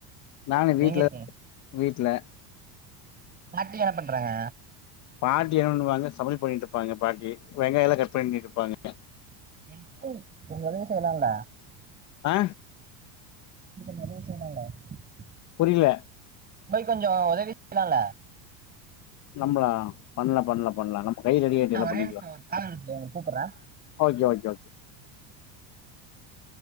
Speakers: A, on the left (about 35°); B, on the right (about 20°).
A: நானு வீட்டுல
B: எங்க இருக்கீங்க
A: வீட் ல
B: மாட்டி என்ன பண்றாங்க
A: பாட்டி என்ன பண்ணுவாங்க சமையல் பண்ணிட்டு இருப்பாங்க பாட்டி வெங்காயல்லா கட் பண்ணிட்டுருப்பாங்க
B: <unintelligible> வேலயா செய்யலால
A: ஆ
B: இது நறைய <unintelligible>
A: இல்ல
B: போய் கொஞ்சோ உதவி செய்லால
A: நம்பளா பண்லா பண்லா பண்லா நம்ம கை ரெடி ஆய்ட்டு
B: ஆ
A: எல்லா
B: ஒரே
A: பண்ணிக்லா
B: நிமிஷோ ஒரு கால் வருது கூப்புட்றே
A: ஓகே ஒ <unintelligible>